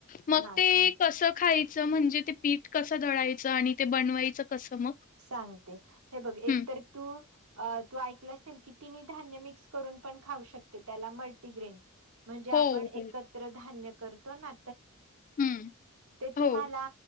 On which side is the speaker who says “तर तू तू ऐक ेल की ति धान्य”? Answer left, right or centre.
Right